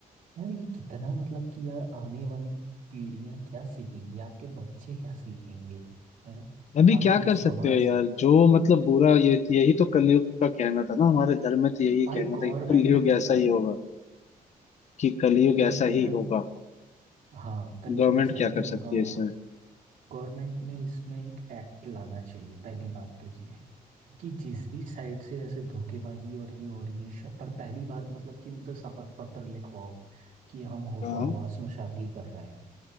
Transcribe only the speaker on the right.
यार ये कितना मतलब कि यार आने वाली पीढ़ियां क्या सीखेंगी आपके बच्चे क्या सीखेंगे हैं
आप
वो
समाज
भाई
गवर्नमेंट
ने ना
गवर्नमेंट
ने ना
हाँ कलयुग
ऐसा
ही
होगा
वो
गवर्नमेंट ने इसमें एक एक्ट लाना चाहिए पहली बात तो ये है कि जिस भी साइड से ऐसे धोखेबाजी और ये हो रही है श- पर पहली बात मतलब कि उनसे शपथ पत्र लिखवाओ कि हम होशो
हवास में शादी कर रहे हैं